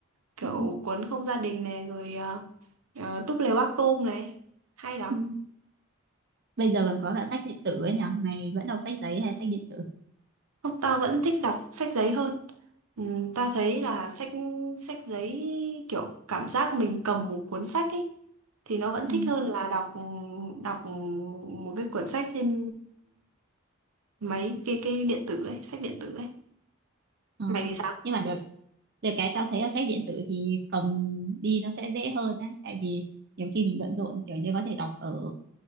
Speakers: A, on the right (about 85°); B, on the right (about 50°).
A: kiểu
B: ừ,
A: cuốn không gia đình này rồi ờ, ờ, túp lều bác tôm này hay lắm
B: ừ. bây giờ còn có cả sách điện tử ấy nhỉ mày vẫn đọc sách giấy hay sách điện tử
A: Không, tao vẫn thích đọc sách giấy hơn. Ừ, ta thấy là sách sách giấy kiểu cảm giác mình cầm một cuốn sách ấy thì nó vẫn
B: Ừ,
A: thích hơn là đọc đọc một cái cuốn sách trên máy cái cái điện tử ấy, sách điện tử ấy.
B: ờ.
A: Mày thì sao?
B: nhưng mà được được cái tao thấy là sách điện tử thì cầm đi nó sẽ dễ hơn á tại vì nhiều khi mình bận rộn kiểu như có thể đọc ở